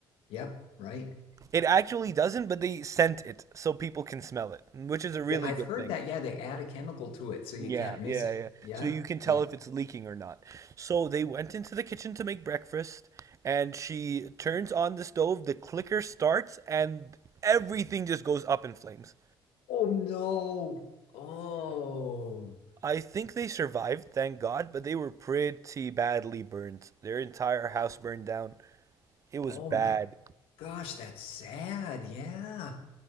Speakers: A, on the left; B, on the right.
A: yep, right.
B: it actually doesn't but they scent it so people can smell it which is a really
A: Yeah, I've
B: good
A: heard
B: thing
A: that. Yeah, they add a chemical to it so you
B: yeah,
A: can't miss
B: yeah,
A: it.
B: yeah.
A: Yeah.
B: So you can tell
A: Yeah.
B: if it's leaking or not. So they went into the kitchen to make breakfast, and she turns on the stove, the clicker starts, and everything just goes up in flames.
A: Oh no. Oh.
B: I think they survived, thank God, but they were pretty badly burned. Their entire house
A: Oh.
B: burned down. It was
A: Oh
B: bad.
A: my gosh, that's sad. Yeah.